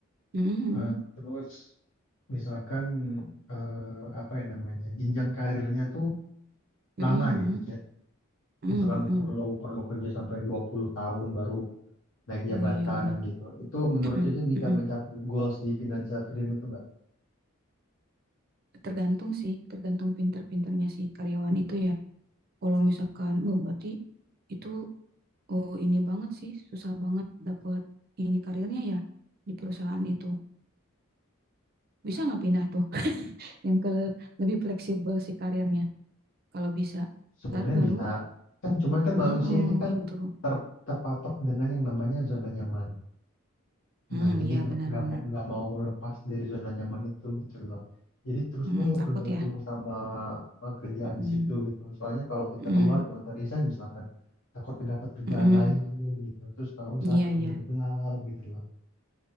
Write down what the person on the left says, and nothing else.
Eh, terus misalkan eh, apa ya namanya jenjang karirnya tuh
lama gitu cek
misalkan perlu perlu kerja sampai 20 tahun baru naik jabatan
gitu itu menurut
Cece bisa
mencapai goals di financial freedom itu nggak
sebenarnya
bisa kan cuman kan manusia
ini kan
ter- terpatok dengan yang namanya zona nyaman
Nah, jadi
nggak
nggak mau nggak mau lepas dari zona nyaman itu gitu loh. Jadi terus
gue
bergantung
sama eh, kerjaan
di situ gitu. Soalnya kalau kita
keluar kalau kita resign misalkan takut dapat kerjaan
lain gitu. Terus kalau usaha
takut
gagal gitu loh.